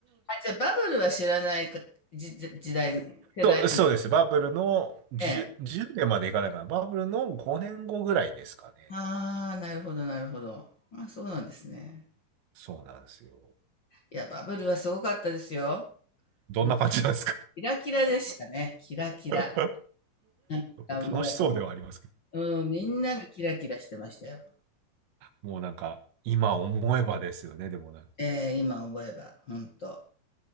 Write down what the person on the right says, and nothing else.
そう、そうです。バブルの10、
年までいかないかな。バブルの5年後ぐらいですかね。
そうなんですよ。
どんな感じなんですか
<laughs>
楽しそうではありますけど。
もうなんか、今思えばですよね、でもなんか。